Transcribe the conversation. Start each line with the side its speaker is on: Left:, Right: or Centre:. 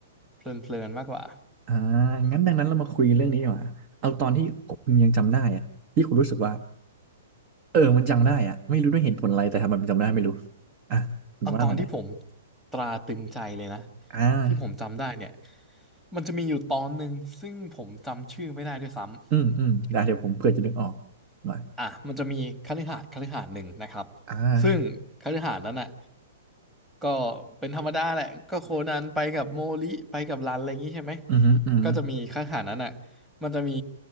Centre: เพลินเพลินมากกว่า
Right: อ่างั้นดังนั้นเรามาคุยเรื่องนี้ดีกว่าเอาตอนที่คุณยังจำได้อะที่คุณรู้สึกว่าเออมันจำได้อะไม่รู้ด้วยเหตุผลอะไรแต่ทำไมมันจำได้ไม่รู้อ่ะคุณว่ามาหน่อย
Centre: เอาตอนที่ผมตราตรึงใจเลยนะ
Right: อ่า
Centre: ที่ผมจำได้เนี่ย มันจะมีอยู่ตอนหนึ่งซึ่งผมจำชื่อไม่ได้ด้วยซ้ำ
Right: อืมอืมได้เดี๋ยวผมเผื่อจะนึกออกมา
Centre: อ่ะมันจะมีคฤหาสน์คฤหาสน์หนึ่งนะครับ
Right: อ่า
Centre: ซึ่งคฤหาสน์นั้นน่ะก็เป็นธรรมดาแหละก็โคนันไปกับโมริไปกับรันอะไรอย่างนี้ใช่ไหม
Right: อืมอหืมออือหือ
Centre: ก็จะมีคฤหาสน์นั้นน่ะมันจะมี